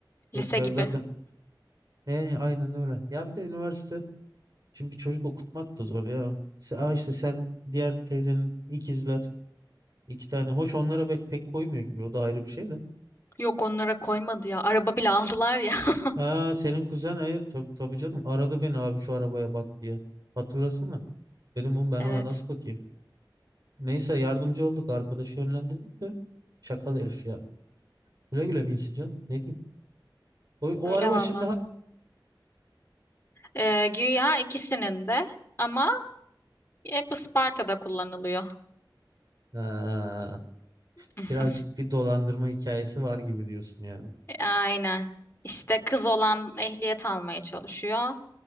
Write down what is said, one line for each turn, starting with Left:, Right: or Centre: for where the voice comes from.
Left: Lise
Right: Yok ya
Left: gibi.
Right: zaten e, aynen öyle. Ya bir de üniversite. Şimdi bir çocuk okutmak da zor ya. Se- Aa işte sen diğer teyzenin ikizler. iki tane. Hoş onlara pek, pek koymuyor gibi. O da ayrı bir şey de.
Left: Yok onlara koymadı ya. Araba bile aldılar ya. <laughs>
Right: Ha senin kuzen evet tabii, tabii canım aradı beni abi şu arabaya bak diye. Hatırlasana. Dedim oğlum ben
Left: Evet.
Right: ona nasıl bakayım. Neyse yardımcı olduk arkadaşı yönlendirdik de. Çakal herif ya. Güle güle binsin canım. Ne diyeyim. O,
Left: Öyle
Right: o araba
Left: valla.
Right: şimdi ha,
Left: Ee, güya ikisinin de ama hep Isparta'da kullanılıyor.
Right: Ha,
Left: <laughs>
Right: birazcık bir dolandırma hikayesi var gibi diyorsun yani.
Left: Aynen. İşte kız olan ehliyet almaya çalışıyor.